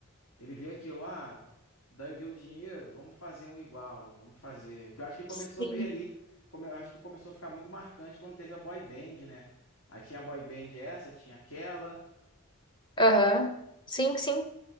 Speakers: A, on the left; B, on the left.
A: Ele vê aquilo, ah, daí deu dinheiro, vamos fazer um igual, vamos fazer. Que eu acho que começou
B: Sim.
A: meio ali, come- eu acho que começou a ficar muito marcante quando teve a boy band, né? Aí tinha a boy band essa, tinha aquela,
B: Aham. Sim, sim.